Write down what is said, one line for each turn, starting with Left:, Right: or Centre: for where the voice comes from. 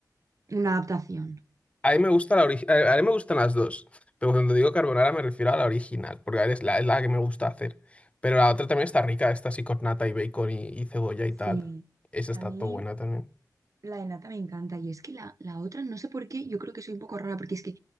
Right: una adaptación.
Left: A mí me gusta la origi- a a mí me gustan las dos, pero cuando digo carbonara me refiero a la original, porque es la, es la que me gusta hacer. Pero la otra también está rica, esta así con nata y bacon y, y cebolla y
Right: Sí,
Left: tal. Esa
Right: a
Left: está
Right: mí
Left: todo buena también.
Right: La de nata me encanta y es que la, la otra, no sé por qué, yo creo que soy un poco rara porque es que